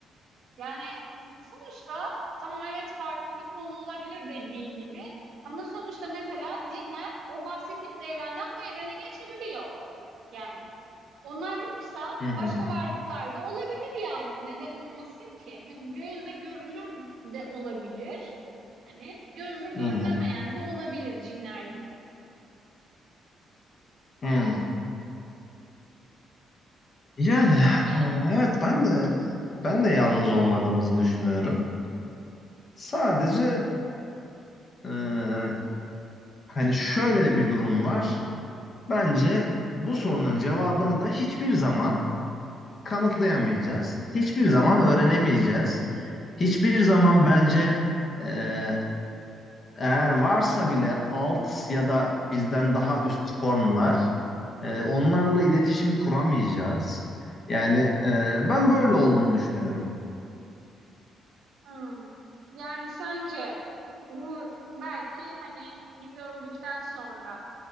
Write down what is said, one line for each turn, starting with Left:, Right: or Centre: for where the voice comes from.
Right: Yani m, sonuçta tamam evet farklı bir konu olabilir dediğin gibi ama sonuçta mesela cinler o bahsettiğimiz evrenden bu evrene geçebiliyor. Yani. Onlar varsa
Left: Hı hı,
Right: başka varlıklar da olabilir yani. Neden olmasın ki? Hani bu gözle görülür de olabilir. Hani gözle görülemeyen
Left: hı hı,
Right: de olabilir cinler gibi.
Left: hı. Yani
Right: Yani
Left: e, evet ben de ben de yalnız olmadığımızı düşünüyorum. Sadece e, hani şöyle de bir durum var. Bence bu sorunun cevabını da hiçbir zaman kanıtlayamayacağız. Hiçbir zaman öğrenemeyeceğiz. Hiçbir zaman bence e, eğer varsa bile alt ya da bizden daha üst formlar e, onlarla iletişim kuramayacağız. Yani e, ben böyle olduğunu düşünüyorum.
Right: hmm. Yani sence bu belki hani biz öldükten sonra